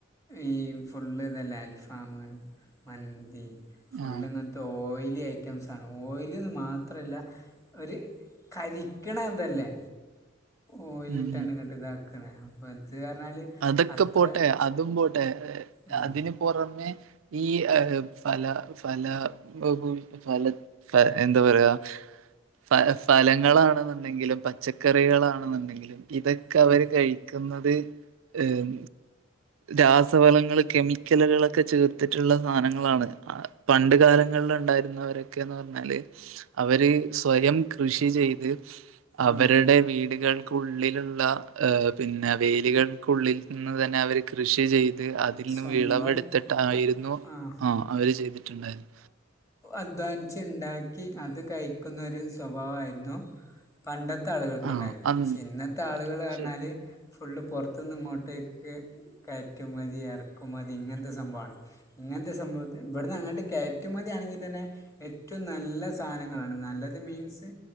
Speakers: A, on the left (about 15°); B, on the right (about 85°).
A: ഈ ഫുള്ള് ഇതല്ലേ അൽഫാമ് മന്തി ഫുള്ളിങ്ങാനെ
B: ആ
A: ഓയിലി ഐറ്റംസാണ് ഓയിലിന്ന് മാത്രഅല്ല ഒര് കരിക്കണ അതല്ലേ ഓയിലിട്ടാണ്
B: ഉം ഉം
A: ഇങ്ങോട്ട് ഇതാക്കണേ അപ്പോം ഇത് പറഞ്ഞാൽ
B: അതൊക്കെ
A: അത്ര
B: പോട്ടെ അതും പോട്ടെ
A: ഉം,
B: അതിന് പുറമേ ഈ ആ ഫല ഫല <unintelligible> ഫല ഫാ എന്താ പറക ഫ ഫലങ്ങളാണെന്നുണ്ടെങ്കിലും പച്ചക്കറികളാണെന്നുണ്ടെങ്കിലും ഇതൊക്കെ
A: ഉം,
B: അവര് കഴിക്കുന്നത് ഏഹ് രാസവളങ്ങൾ കെമിക്കലുകളൊക്കെ ചേർത്തിട്ടുള്ള സാനങ്ങളാണ് പണ്ട് കാലങ്ങൾ ഉണ്ടായിരുന്നവര് ഒക്കെന്ന് പറഞ്ഞാല് അവര് സ്വയം കൃഷി ചെയ്ത് അവരുടെ
A: ഉം,
B: വീടുകൾക്കുള്ളിലുള്ള ഏഹ് പിന്നെ വേലികൾ ക്കുള്ളിൽ നിന്ന് തന്നെ അവര് കൃഷി ചെയ് ത് അതിൽന്ന്
A: സ്വന്തം
B: വിളവെടുത്തിട്ടായിരുന്നു
A: ആ ആ.
B: ആഹ് അവര് ചെയ്തിട്ടുണ്ടായിരുന്നു
A: അധ്വാനിച്ച് ഉണ്ടാക്കി അത് കഴിക്കുന്നൊരു സ്വഭാവയിരുന്നു പണ്ടത്തെ ആളുകൾക്കുണ്ടായിരുന്നു
B: ആഹ് അന്ന്
A: പക്ഷെ ഇന്നത്തെ ആളുകൾ പറഞ്ഞാല്
B: ശരി
A: ഫുള്ള് പുറത്തുനിന്ന് ഇങ്ങോട്ടേക്ക് കയറ്റു മതി എറക്കു മതി ഇങ്ങനത്തെ സംഭണ് ഇങ്ങനത്തെ സംഭവത്ത് ഇവിടുന്ന് അങ്ങോട്ട് കയറ്റുമതിയാണെങ്കിൽ തന്നെ ഏറ്റോം നല്ല സാനങ്ങളാണ് നല്ലത് മീൻസ്